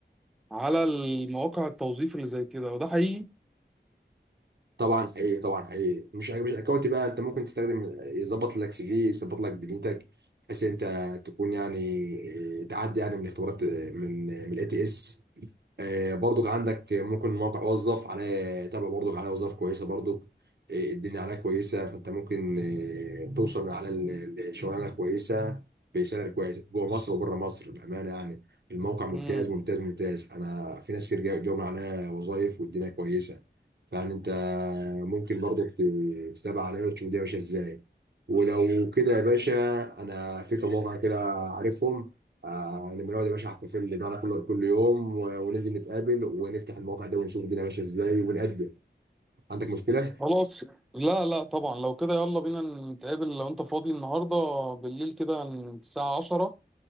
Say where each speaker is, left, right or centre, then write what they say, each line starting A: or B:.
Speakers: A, in the centre; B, on the right (about 65°).
A: على المواقع التوظيف اللي زي كده وده حقيقي
B: طبعا حقيقي طبعا حقيقي مش مش الاكونت بقى انت ممكن تستخدم يظبط لك سي في يظبط لك دنيتك بحيث ان انت تكون يعني آه، تعدي يعني من اختبارات من آه، من الاي تي اس آه، برضك عندك ممكن موقع وظف عليه تابع برضك عليه وظائف كويسه برضك آه، الدنيا عليه كويسه فانت ممكن آه، توصل من على الشغلانه كويسه بسعر كويس جوه مصر وبره مصر بامانه يعني الموقع ممتاز
A: امم
B: ممتاز ممتاز انا في ناس كتير جا- جاوا من عليه وظائف والدنيا كويسه فيعني انت ممكن برضك ت- تتابع عليه وتشوف الدنيا ماشيه ازاي ولو كده يا باشا انا في كم موقع كده عارفهم آه يعني بنقعد يا باشا على الكافيه ده كل كل يوم و- وننزل نتقابل ونفتح المواقع ده ونشوف الدنيا ماشيه ازاي ونقدم عندك مشكله؟
A: خلاص لا لا طبعا لو كده يلا بينا نتقابل لو انت فاضي النهارده بالليل كده الساعه 10